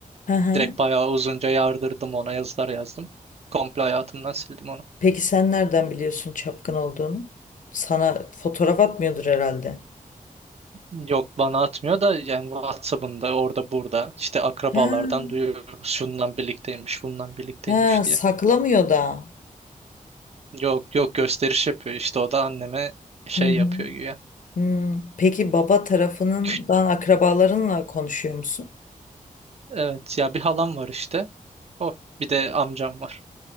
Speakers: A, on the left (about 65°); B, on the right (about 45°).
A: Hı hı.
B: Direkt bayağı uzunca yardırdım ona yazılar yazdım. Komple hayatımdan sildim onu.
A: Peki sen nereden biliyorsun çapkın olduğunu? Sana fotoğraf atmıyordur herhalde.
B: Yok bana atmıyor da yani WhatsApp'ında orada burada işte akrabalardan
A: Ha,
B: duyuyoruz şundan birlikteymiş bundan birlikteymiş
A: ha, saklamıyor
B: diye.
A: da.
B: Yok yok gösteriş yapıyor işte o da anneme şey
A: Hı hı.
B: yapıyor güya.
A: Hmm, Peki baba tarafından
B: Kü-
A: akrabalarınla konuşuyor musun?
B: Evet ya bir halam var işte. O bir de amcam var.